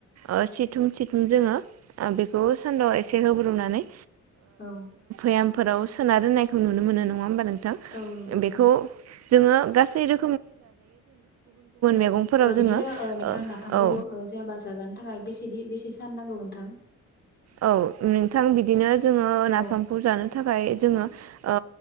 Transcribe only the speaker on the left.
औ।
औ नोंगौ नोंथां।
औ
ओ बिदिनो
ओ नोंथां नाफामखौ
ओ जेनेबा जागानो थाखाय बेसेदि बेसे सान नांगौ नोंथां?
औ